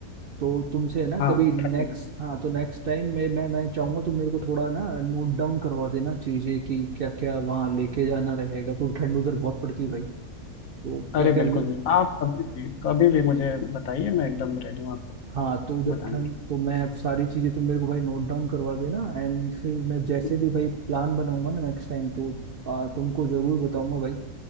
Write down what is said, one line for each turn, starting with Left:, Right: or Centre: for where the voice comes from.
Right: तो तुमसे है ना
Left: हाँ
Right: कभी नेक्स्ट
Left: ठंडी
Right: हाँ तो नेक्स्ट टाइम मैं मैं मैं चाहूंगा तुम मेरे को थोड़ा ना नोट डाउन करवा देना चीजें कि क्या क्या वहाँ लेके जाना रहेगा क्योंकि ठंड उधर बहुत पड़ती है भाई तो क्या
Left: अरे
Right: क्या
Left: बिल्कुल बिल्कुल आप कभी भी कभी भी मुझे बताइए मैं एकदम रेडी हूँ आपको
Right: हाँ तो उधर
Left: बताने
Right: ठंड
Left: के
Right: तो मैं सारी चीजें तुम मेरे को भाई नोट डाउन करवा देना एंड फिर मैं जैसे
Left: लिए
Right: भी भाई प्लान बनाऊंगा ना नेक्स्ट टाइम तो आ, तुमको जरूर बताऊंगा भाई